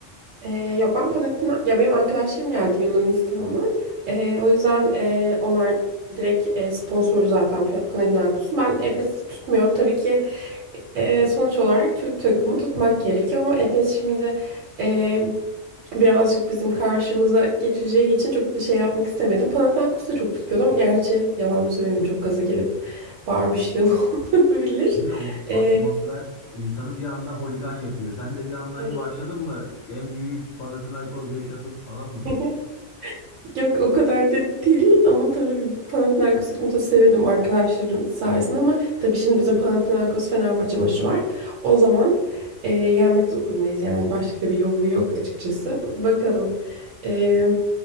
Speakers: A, on the right; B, on the left.
A: Ee, yok ben Panathina ya benim arkadaşlarım geldi Yunanistan'dan. Ee, o yüzden e, onlar direkt e, sponsoru zaten Pa- Panathinaikos'un. Ben Efes'i tutmuyorum. Tabii ki e, sonuç olarak Türk takımı tutmak gerekiyor ama Efes şimdi e, birazcık bizim karşımıza geçeceği için çok da şey yapmak istemedim. Panathinaikos'u da çok tutmuyordum. Gerçi yalan da söylemeyeyim çok gaza gelip bağırmışlığım <laughs> olabilir.
B: <laughs> Değil mi? O
A: Ee,
B: atmosfer insanı bir anda holigan yapıyor. Sen de bir anda hani
A: evet.
B: başladın mı? En büyük Panathinaikos yaşasın falan mı?
A: <laughs> Yok o kadar da değil ama tabii Panathinaikos tutunca sevindim arkadaşlarım sayesinde ama tabii şimdi bizim Panathinaikos Fenerbahçe maçı var. O zaman e, yenmek zorundayız yani başka bir yolu yok açıkçası. Bakalım. E,